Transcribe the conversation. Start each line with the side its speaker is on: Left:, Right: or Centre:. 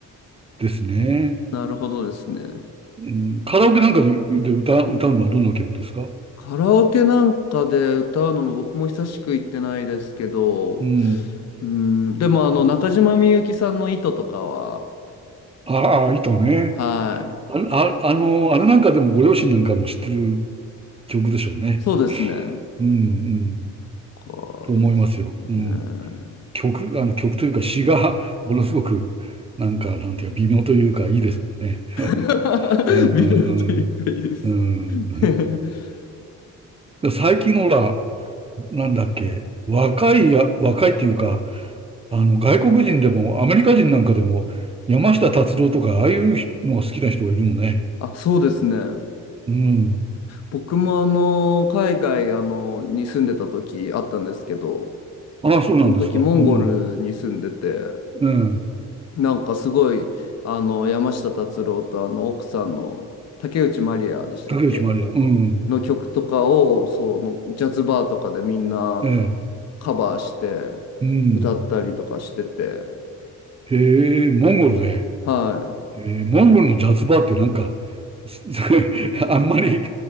Right: ですね。
Left: なるほどですね。
Right: うん、カラオケなんかで歌、歌うのはどんな曲ですか
Left: カラオケなんかで歌うのも僕も久しく行ってないですけど、
Right: うん。
Left: うん、でもあの中島みゆきさんの糸とかは、
Right: ああ、糸ね。
Left: はい、
Right: あ、あ、あの、あれなんかでもご両親なんかも知ってる曲でしょうね。
Left: そうですね。
Right: うん、うん、
Left: こうですよね。
Right: と思いますよ。うん。曲、あの曲というか詩が <laughs> ものすごく、なんか、なんていうか、微妙というか、いいですもんね。
Left: <laughs>
Right: うん、
Left: 微妙というかいいです。
Right: うん、うん。
Left: <laughs>
Right: うんで最近のほら、なんだっけ、若いや、若いっていうか、あの、外国人でも、アメリカ人なんかでも、山下達郎とか、ああいうのが好きな人がいるのね。
Left: あ、そうですね。
Right: うん。
Left: 僕もあの海外あのに住んでた時あったんですけど、
Right: ああ、そうなんですか。
Left: その時モンゴルに住んでて、
Right: うん。うん
Left: なんかすごい、あの、山下達郎とあの奥さんの竹内まりやでしたっけ
Right: 竹内まりや。うん。
Left: の曲とかを、そう、のジャズバーとかでみんな
Right: ええ。
Left: カバーして
Right: うん。
Left: 歌ったりとかしてて、
Right: へえ、モンゴルで。
Left: はい。
Right: ええ、モンゴルのジャズバーってなんか、す <laughs> あんまり、